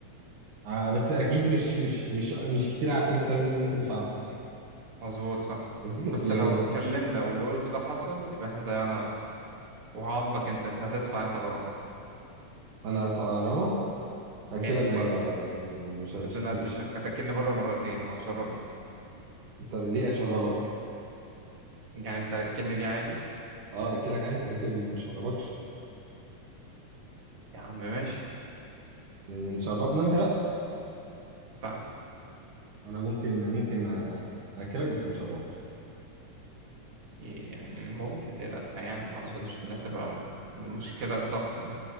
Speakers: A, on the right; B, on the right.
A: آه بس اكيد مش مش مش مش كتير على 5000 جنيه ممكن ادفعهم
B: مظبوط صح
A: <laughs>
B: بس
A: يعني
B: لو اتكلمنا واللي قلته ده حصل يبقى احنا ضيعنا وقت وهعاقبك انت انت هتدفع انت غرامة
A: انا هدفع غرامه
B: 100%
A: هاكلك بره عادي و- ومش مش
B: بدون ادنى
A: مش
B: شك هتاكلني بره مرتين وهتشربني
A: طب ليه اشربك
B: يعني انت هتاكلني دي عادي
A: اه اكلك عادي ممكن مش اشربكش
B: يا عم ماشي
A: يعني تشربنا انت بقى
B: اتفقنا
A: انا ممكن ممكن آه، اكلك بس مش هشربك
B: ي- ممكن ليه لا يعني ما اظنش انها تبقى مشكلة ضخمة